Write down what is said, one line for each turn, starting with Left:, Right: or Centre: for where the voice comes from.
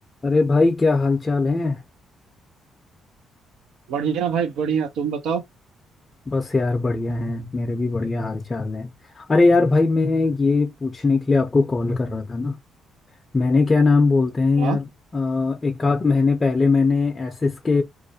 Left: अरे भाई क्या हाल चाल है
Right: बढ़िया भाई बढ़िया तुम बताओ
Left: बस यार बढ़िया है मेरे भी बढ़िया हाल चाल है अरे यार भाई मैं ये पूछने के लिए आपको कॉल कर रहा था ना मैंने क्या नाम बोलते हैं
Right: हाँ
Left: यार अ, एक आध महीने पहले मैंने एसिस के